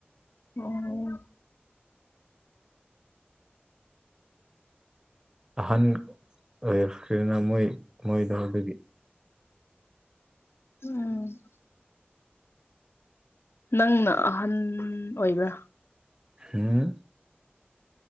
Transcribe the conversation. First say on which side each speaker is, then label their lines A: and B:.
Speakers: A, on the left (about 85°); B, on the right (about 20°).
A: ꯑꯣ <unintelligible>
B: ꯑꯍꯟ ꯑꯣꯏꯔꯛꯈꯤꯕꯅ ꯃꯣꯏ ꯃꯣꯏꯗꯣ ꯑꯗꯨꯒꯤ
A: ꯎꯝ ꯅꯪꯅ ꯑꯍꯟ ꯑꯣꯏꯕ꯭ꯔꯥ
B: ꯍꯝ